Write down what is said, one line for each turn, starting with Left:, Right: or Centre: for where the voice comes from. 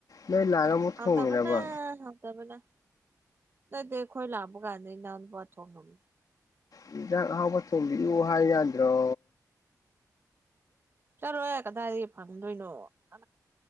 Left: ꯅꯣꯏ ꯂꯥꯛꯑꯒ ꯑꯃꯨꯛ
Right: ꯍꯥꯎ
Left: ꯊꯣꯡꯉꯤꯔꯕ
Right: ꯇꯕꯅ ꯍꯥꯎꯇꯕꯅ ꯊꯌ ꯇꯕꯅ ꯅꯗꯤꯈꯣꯏ ꯂꯥꯛꯕ ꯀꯥꯟꯗ ꯏ ꯄ ꯊꯣꯡ ꯉꯃꯤ
Left: ꯌꯦꯟꯖꯥꯡ ꯑꯍꯥꯎꯕ ꯊꯣꯕꯤꯎ ꯍꯥꯏ ꯌꯥꯗ꯭ꯔꯣ
Right: ꯆꯠꯔꯣꯍꯦ ꯀꯗꯥꯏꯗꯒꯤ ꯐꯪꯗꯣꯏꯅꯣ ꯑ